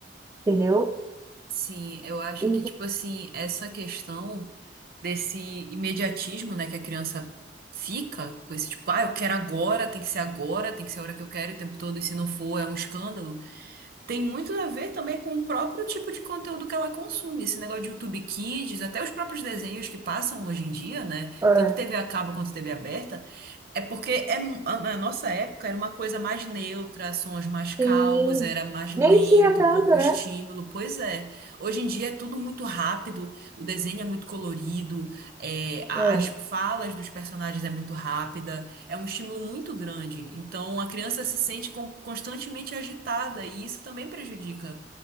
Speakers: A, on the right; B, on the right.
A: entendeu?
B: Sim, eu acho
A: E,
B: que, tipo assim, essa questão desse imediatismo, né, que a criança fica com esse tipo, ah, eu quero agora, tem que ser agora, tem que ser a hora que eu quero o tempo todo, e se não for, é um escândalo. Tem muito a ver também com o próprio tipo de conteúdo que ela consome. Esse negócio de YouTube Kids, até os próprios desenhos que passam hoje em dia, né,
A: é,
B: tanto TV a cabo quanto TV aberta. É porque é, mu- a- na nossa época era uma coisa mais neutra, sons mais calmos,
A: sim,
B: era mais lento,
A: nem tinha tanto,
B: pouco
A: né?
B: estímulo. Pois é. Hoje em dia é tudo muito rápido, o desenho é muito colorido, é, a-
A: É,
B: as falas dos personagens é muito rápida, é um estímulo muito grande. Então a criança se sente con- constantemente agitada e isso também prejudica,